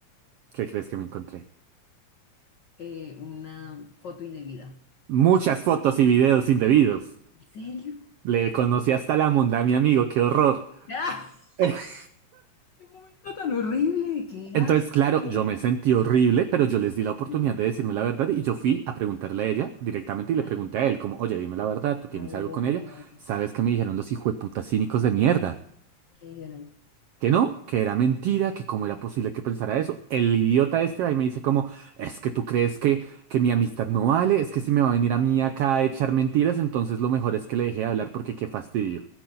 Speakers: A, on the right (about 85°); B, on the left (about 85°).
A: ¿qué crees que me encontré?
B: Eh, una foto indebida.
A: Muchas fotos y videos indebidos.
B: ¿En serio?
A: Le conocí hasta la monda a mi amigo, qué horror.
B: <laughs>
A: <laughs>
B: Qué momento tan horrible, qué
A: Entonces,
B: asco.
A: claro, yo me sentí horrible, pero yo les di la oportunidad
B: Yo,
A: de decirme la verdad y yo fui a preguntarle a ella directamente y
B: Ay,
A: le pregunté a él, como, oye, dime la verdad, ¿tú tienes
B: no.
A: algo con ella? ¿Sabes qué me dijeron los hijueputas cínicos de mierda?
B: ¿Qué dijeron?
A: Que no, que era mentira, que cómo era posible que pensara eso. El idiota este va y me dice como, es que tú crees que, que mi amistad no vale, es que si me va a venir a mí acá a echar mentiras, entonces lo mejor es que le deje de hablar porque qué fastidio.